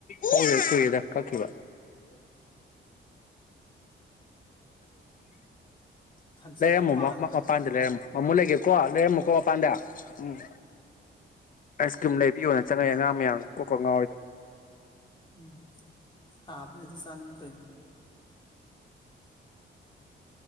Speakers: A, on the left; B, on the left.
A: ꯍꯧꯗꯦ ꯀꯨꯏꯔꯦꯗ ꯀꯥꯛꯈꯤꯕ
B: ꯊꯝꯆꯦꯠꯀ
A: ꯂꯩꯔꯝꯃꯨ
B: ꯄꯥꯜꯂꯕꯅꯦ
A: ꯃꯄꯥꯟꯗ
B: ꯄꯥꯝꯃꯨꯏꯅꯦ
A: ꯂꯩꯔꯝꯃꯨ ꯃꯃꯣ ꯂꯩꯒꯦꯀꯣ ꯂꯩꯔꯝꯃꯨꯀꯣ ꯃꯄꯥꯟꯗ ꯎꯝ ꯑꯥꯏꯁ ꯀ꯭ꯔꯤꯝ ꯂꯩꯕꯤꯌꯣꯅꯦ ꯆꯪꯉꯛꯌꯦ ꯑꯉꯥꯡ ꯃꯌꯥꯝ ꯀꯣꯛꯀꯥ ꯉꯥꯎꯔꯤ
B: ꯎꯝ ꯁꯥꯕꯁꯤꯗ ꯆꯥꯅꯤꯡ ꯇꯧꯅꯤ